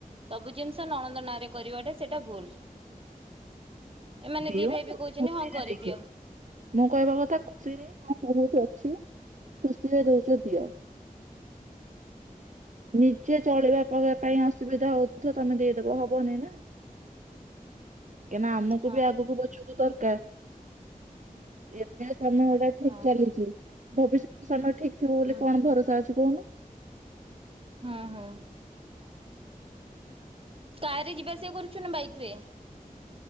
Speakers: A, on the right (about 40°); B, on the right (about 60°).
A: ସବୁ ଜିନିଷ ନଣନ୍ଦ ନାଁରେ କରିବାଟା ସେଇଟା ଭୁଲ। ଏମାନେ
B: ଦିଅନ୍ତୁ
A: ଦି ଭାଇ ବି କହୁଛନ୍ତି
B: ଖୁସିରେ
A: ହଁ କରିଦିଅ।
B: ଦେଖେ ମୁଁ କହିବା କଥା ଖୁସିରେ ହଁ ବହୁତ ଅଛି ଖୁସିରେ ଦଉଛ ଦିଅ। ନିଜେ ଚଳିବା ପାଇଁ ଅସୁବିଧା ହଉଥିବ ତମେ ଦେଇଦବ ହବନି ନା।
A: <inaudible>
B: କାହିଁକିନା ଆମକୁ
A: ହଁ
B: ବି ଆଗକୁ ବଛିବାକୁ ଦରକାର। ଏବେ ସମୟଟା ଠିକ
A: ହଁ
B: ଚାଲିଛି ଭବିଷ୍ୟତ ସମୟ ଠିକ ଥିବ ବୋଲି
A: ହୁଁ
B: କଣ ଭରସା ଅଛି କହୁନ।
A: ହୁଁ ହୁଁ। କାରରେ ଯିବା ଆସିବା କରୁଛୁ ନା ବାଇକରେ?